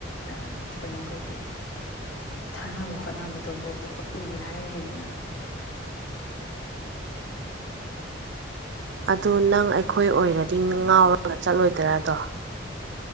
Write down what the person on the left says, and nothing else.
ꯑꯥ ꯀꯩꯅꯣ ꯀꯩ-ꯀꯩ꯫ ꯊꯥꯅꯕ ꯈꯣꯠꯅꯕꯗꯨꯕꯨꯕ ꯎꯏ ꯍꯥꯏꯔꯤꯁꯤꯅ꯫ <inaudible>